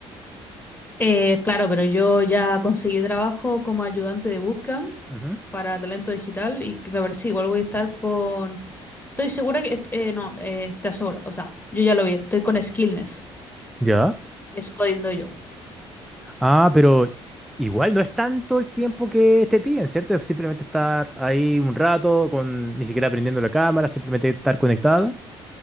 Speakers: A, on the left; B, in the centre.
A: Eh, claro, pero yo ya conseguí trabajo como ayudante de bootcamp
B: Ujú.
A: para talento digital y que me parece igual voy a estar con... Estoy segura que... est- eh, no, eh, te aseguro, o sea, yo ya lo vi, estoy con Skillness,
B: Ya.
A: que es codiendo yo.
B: Ah, pero igual no es tanto el tiempo que te piden, ¿cierto? Es simplemente estar ahí un rato, con ni siquiera prendiendo la cámara, simplemente estar conectada.